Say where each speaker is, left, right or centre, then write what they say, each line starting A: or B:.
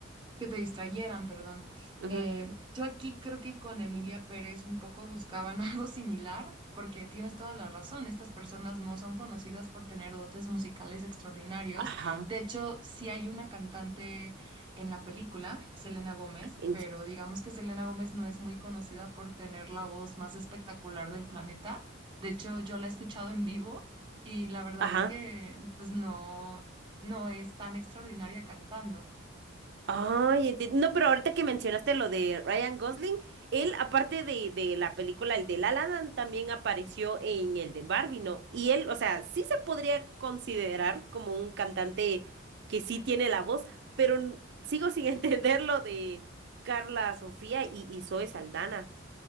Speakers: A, on the right; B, on the right.
A: que te distrayeran, perdón.
B: Ujú.
A: Eh, yo aquí creo que con Emilia Pérez un poco buscaban <laughs> algo similar, porque tienes toda la razón, estas personas no son conocidas por tener dotes musicales extraordinarios.
B: Ajá.
A: De hecho, sí hay una cantante en la película, Selena Gómez,
B: en-
A: pero digamos que Selena Gómez no es muy conocida por tener la voz más espectacular del planeta. De hecho, yo la he escuchado en vivo y la verdad
B: Ajá.
A: es que pues no, no es tan extraordinaria cantando.
B: Ay, enti- no, pero ahorita que mencionaste lo de Ryan Gosling, él, aparte de, de la película, el de La La Land, también apareció en el de Barbie, ¿no? Y él, o sea, sí se podría considerar como un cantante que sí tiene la voz, pero n- sigo sin <laughs> entender lo de Carla Sofía y, y Zoe Saldana.